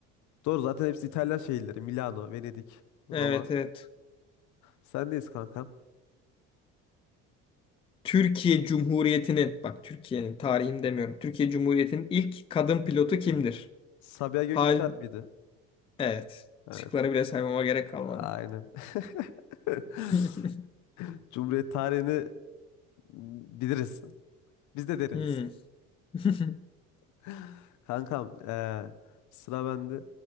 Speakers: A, on the left; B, on the left.
A: Doğru zaten hepsi İtalyan şehirleri. Milano, Venedik, Roma.
B: Evet evet.
A: Sendeyiz kankam.
B: Türkiye Cumhuriyeti'nin bak Türkiye'nin tarihini demiyorum. Türkiye Cumhuriyeti'nin ilk kadın pilotu kimdir?
A: Sabiha Gökçen
B: Hal
A: miydi?
B: evet.
A: Evet.
B: Şıkları bile saymama gerek kalmadı.
A: Aynen. <laughs>
B: <laughs>
A: Cumhuriyet tarihini biliriz. Biz de deriniz.
B: Hmm. <laughs>
A: <laughs> Kankam, eee, sıra bende.